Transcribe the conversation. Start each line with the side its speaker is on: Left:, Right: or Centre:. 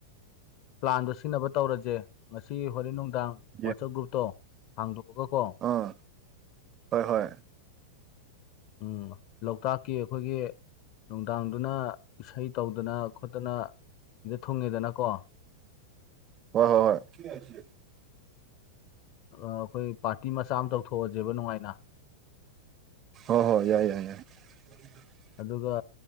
Left: ꯄ꯭ꯂꯥꯟꯗꯣ ꯁꯤꯖꯤꯟꯅꯕ ꯇꯧꯔꯁꯦ ꯉꯁꯤ ꯍꯣꯔꯦꯟ ꯅꯨꯡꯗꯥꯡ
Right: ꯌꯦ
Left: ꯋꯥꯆꯞ ꯒ꯭ꯔꯨꯞꯇꯣ ꯍꯥꯡꯗꯣꯛꯑꯒ ꯀꯣ
Right: ꯑꯥ ꯍꯣꯏ ꯍꯣꯏ
Left: ꯎꯝ ꯂꯣꯛꯇꯥꯛꯀꯤ ꯑꯩꯈꯣꯏꯒꯤ ꯅꯨꯡꯗꯥꯡꯗꯨꯅ ꯏꯁꯩ ꯇꯧꯗꯅ ꯈꯣꯠꯇꯅ ꯁꯤꯗ ꯊꯨꯡꯉꯦꯗꯅꯀꯣ꯫
Right: ꯍꯣꯏ ꯍꯣꯏ ꯍꯣꯏ
Left: ꯑꯥ ꯈꯣꯏ ꯄꯥꯔꯇꯤ ꯃꯆꯥ ꯑꯝ ꯇꯧꯊꯣꯛꯑꯖꯦꯕ ꯅꯨꯡꯉꯥꯏꯅ꯫
Right: ꯍꯣꯏ ꯍꯣꯏ ꯌꯥꯏ ꯌꯥꯏ ꯌꯥꯏ <inaudible>
Left: ꯑꯗꯨꯒ